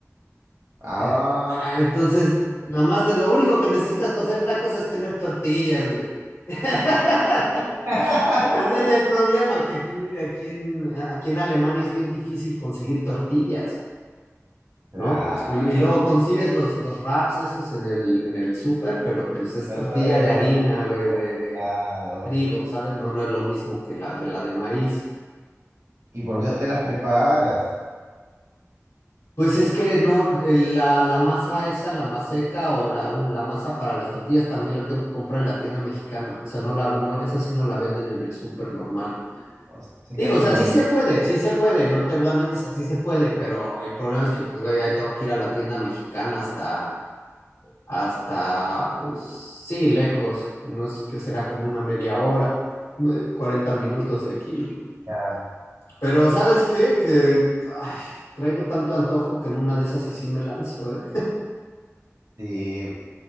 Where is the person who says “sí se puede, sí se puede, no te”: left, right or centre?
Left